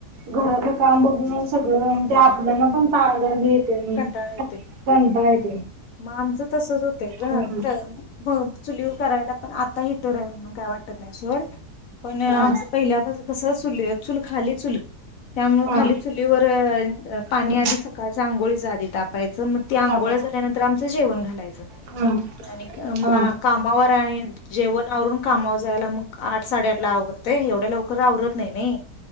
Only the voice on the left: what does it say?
कंटाळा येतोय
मग आमचं तसचं होतय ग
<unintelligible> चुलीवर करायला पण आता हिटर आहे म्हणून काय वाटत नाही सोड पण आमचं
पहिल्यापासून कसं चुल्य चूल खाली चुल आहे. त्यामुळे
खाली चुलीवर पाणी
आधी सकाळच्या आंघोळीचा आधी तापायचं मग ते आघोळ्या
झाल्यानं आमचं जेवण घालायचा
आणि कामा
कामावर आहे आणि जेवणं आवरून कामावर जायला मग आठ साडे आठला आवरते. तेवढ्या लवकर आवरत नाही-नाही